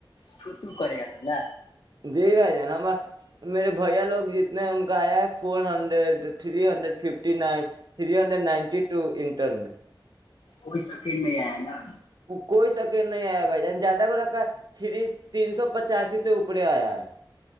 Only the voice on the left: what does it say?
چھوتو کرے گا سب نا
کوئی سکٹ نہیں آیا ہے نا ب